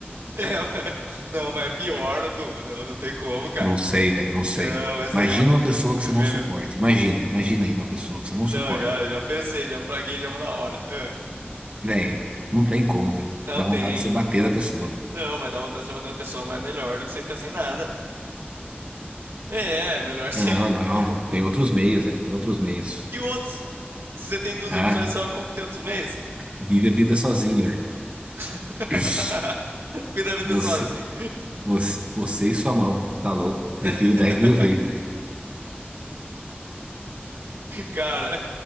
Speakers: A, on the right; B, on the right.
A: <laughs> é, mas- não, mas é pior, Du. Não, não tem como, cara.
B: Não sei, velho, não sei.
A: Não, essa
B: Imagina
A: aí é uma-
B: uma pessoa que
A: é
B: você não
A: melhor.
B: suporta. Imagina, imagina aí uma pessoa que você não
A: Não,
B: suporta.
A: já, já pensei, já fraguei já uma na hora. Ah,
B: Velho, não tem como, velho.
A: Não
B: Dá
A: tem.
B: vontade de você bater na pessoa.
A: Não, mas dá vontade de você bater na pessoa, mas é melhor do que você ficar sem nada. É, é melhor você.
B: Não, não.
A: <laughs>
B: Tem outros meios, velho. Tem outros meios.
A: Que outros? Se você tem duas
B: Ah,
A: opções só, como que tem outros meios?
B: vive a vida sozinho, velho.
A: <laughs>
B: <laughs>
A: Cuida da vida
B: Você,
A: sozinho.
B: você, você e sua mão. Tá louco? Prefiro
A: <laughs>
B: dez mil vezes, velho.
A: Cara,